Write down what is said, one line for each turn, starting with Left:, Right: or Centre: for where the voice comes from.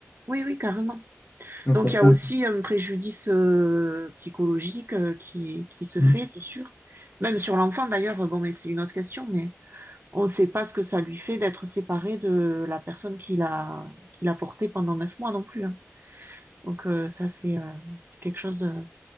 Right: Oui, oui, carrément.
Left: Donc,
Right: Donc,
Left: il y a
Right: il
Left: ça
Right: y a aussi
Left: aussi.
Right: un préjudice euh, psychologique euh, qui, qui se fait,
Left: Mm.
Right: c'est sûr. Même sur l'enfant, d'ailleurs, bon, mais c'est une autre question, mais on ne sait pas ce que ça lui fait d'être séparé de la personne qui l'a qui l'a porté pendant neuf mois non plus. hein. Donc, euh, ça, c'est euh, c'est quelque chose de...